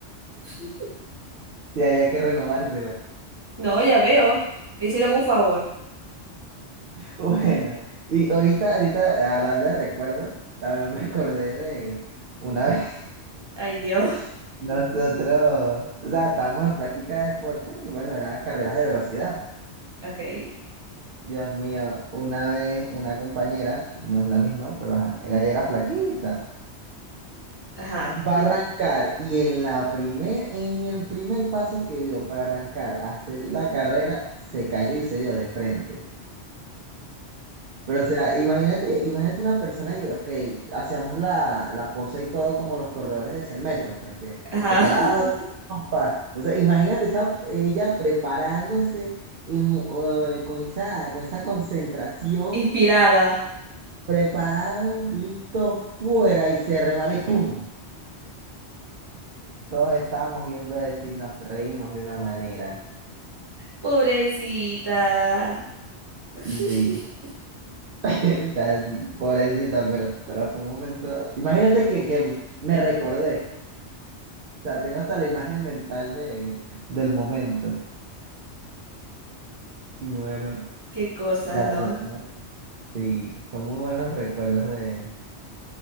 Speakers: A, on the right; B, on the right.
A: <laughs>
B: sí, había que renovársela. <laughs>
A: No, ya veo. Le hicieron un favor.
B: Bueno, y ahorita, ahorita, hablando de recuerdos, también me acordé de una vez
A: Ay, Dios. <laughs>
B: <laughs> nosotros, o sea, estábamos en práctica de deporte y bueno, eran carreras de velocidad.
A: Ok.
B: Dios mío, una vez una compañera, no es la misma, pero ajá, era, era flaquita.
A: Ajá.
B: Va a arrancar y en la primer, en el primer paso que dio para arrancar a hacer la carrera, se cayó y se dio de frente. Pero o sea, imagínate, imagínate una persona que, ok, hacíamos la, la pose y todo como los corredores de 100 metros, pues que
A: Ajá.
B: preparado,
A: <laughs>
B: pa. Entonces, imagínate esa, ella preparándose y mu- eh, con esa, con esa concentración,
A: Inspirada.
B: preparados, listos, fuera y se resbala y ¡pum! Todos estábamos viendo eso y nos reímos de una manera.
A: Pobrecita. <laughs>
B: Sí, <laughs> o sea, sí, pobrecita, pero, pero fue un momento. Imagínate que, que me recordé. O sea, tengo hasta la imagen mental de, del momento. Y bueno,
A: Qué cosas,
B: la
A: ¿no?
B: verdad, sí, son muy buenos recuerdos de,